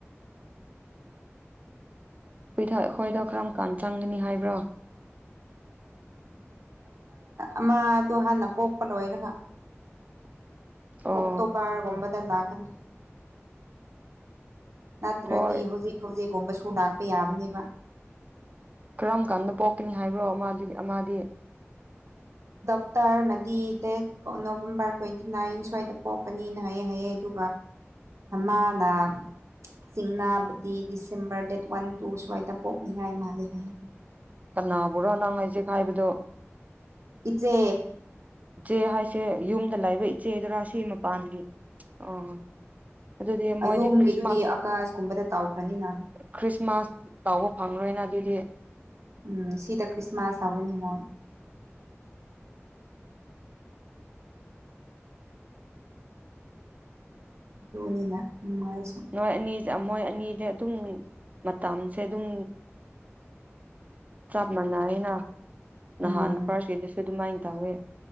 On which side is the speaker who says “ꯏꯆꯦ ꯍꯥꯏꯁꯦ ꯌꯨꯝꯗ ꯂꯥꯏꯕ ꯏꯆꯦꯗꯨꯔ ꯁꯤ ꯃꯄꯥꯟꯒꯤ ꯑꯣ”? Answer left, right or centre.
Right